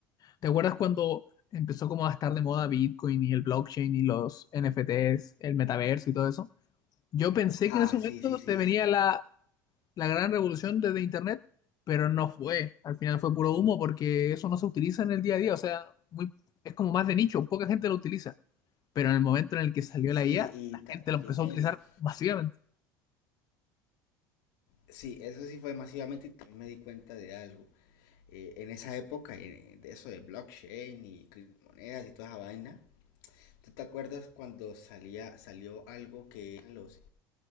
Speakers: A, on the left (about 40°); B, on the left (about 70°).
A: ¿Te acuerdas cuando empezó como a estar de moda Bitcoin y el blockchain y los NFTs, el metaverso y todo eso? Yo pensé
B: Ajá,
A: que en ese momento
B: sí, sí, sí.
A: se venía la, la gran revolución desde Internet, pero no fue. Al final fue puro humo porque eso no se utiliza en el día a día. O sea, muy, es como más de nicho, poca gente lo utiliza. Pero en el momento en el que salió
B: Sí,
A: la IA,
B: y,
A: la
B: ta-
A: gente
B: y
A: lo empezó
B: yo también
A: a utilizar masivamente.
B: Sí, eso sí fue masivamente y también me di cuenta de algo. Eh, en esa época, eh, de eso de blockchain y criptomonedas y toda esa vaina, ¿tú te acuerdas cuando salía, salió algo que eran los